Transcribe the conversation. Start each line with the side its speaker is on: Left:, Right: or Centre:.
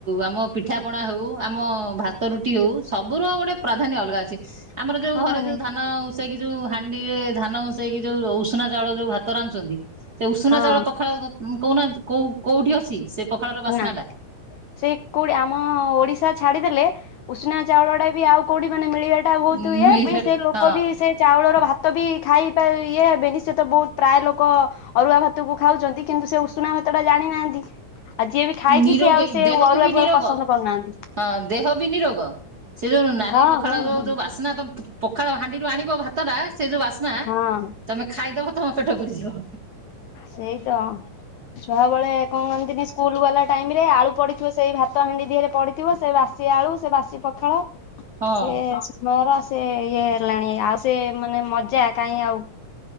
Right: ଆମ ପିଠା ପଣା ହଉ ଆମ ଭାତ ଭାତ ରୁଟି ହଉ ସବୁର ଗୋଟେ ପ୍ରାଧାନ୍ୟ ଅଲଗା ଅଛି ଆମର ଯୋଉ
Left: ହଁ
Right: ଘରେ
Left: ନି
Right: ଯୋଉ ଧାନ ଆଉ ଉଁସେଇକି ଯୋଉ ହାଣ୍ଡିରେ ଧାନ ଉଁସେଇକି ଯୋଉ ର ଉଷୁନା ଚାଉଳ ଯୋଉ ଭାତ ରାନ୍ଧୁଛନ୍ତି। ସେ ଉଷୁନା
Left: ହଁ
Right: ଚାଉଳ ପଖାଳ କ କଉନା କୋଉ କୋଉଠି ଅଛି ସେ ପଖାଳର ବାସ୍ନା
Left: ନା
Right: ଟା।
Left: ସେ କୋଉଠି ଆମ ଓଡ଼ିଶା ଛାଡିଦେଲେ ଉଷୁନା ଚାଉଳଟା ବି ଆଉ କୋଉଠି ମାନେ ମିଳିବାଟା ବହୁତ
Right: ହଁ
Left: ଇଏ ବି ସେ ଲୋକ ବି ସେ ଚାଉଳର ଭାତ ତ ବି ଖାଇପା ଇଏ ହେବେନି ସେ ତ ବହୁତ ପ୍ରାୟ ଲୋକ ଅରୁଆ ଭାତକୁ ଖାଉଛନ୍ତି କିନ୍ତୁ ସେ ଉଷୁନା ଭାତ ଟା ଜାଣିନାହାନ୍ତି। ଆଉ ଯିଏ ବି ଖାଇଛି
Right: ନିରୋଗୀ
Left: ସେ ଆଉ ସେ
Right: ଦେହକୁ
Left: ଅରୁଆକୁ
Right: ବି ନିରୋଗ
Left: ଆଉ ପସନ୍ଦ କରୁନାହାନ୍ତି।
Right: ହଁ ଦେହ ବି ନିରୋଗ ସେ ଯୋଉ ନାଲି
Left: ହଁ
Right: ପଖାଳର
Left: ହଁ ହଁ।
Right: ଯୋଉ ବାସ୍ନା ତମ ପଖାଳ ହାଣ୍ଡିରୁ ଆଣିବ ଭାତ ଟା ସେ ଯୋଉ ବାସ୍ନା
Left: ହଁ
Right: ତମେ ଖାଇଦବ ତମ ପେଟ ପୁରିଯିବ।
Left: ସେଇ ତ। ଛୁଆବେଳେ କହନ୍ତିନି ସ୍କୁଲ ଗଲା ଟାଇମ ରେ ଆଳୁ ପଡି଼ଥିବ ସେଇ ଭାତ ହାଣ୍ଡି ଦିହରେ ପଡିଥିବ ସେ ବାସ ସେ ଆଳୁ ସେ ବାସି ପଖାଳ।
Right: ହଁ।
Left: ସେ ସମୟର ସେ ଇଏ ହେଲାଣି ଆଉ ସେ ମାନେ ମଜା କାହିଁ ଆଉ।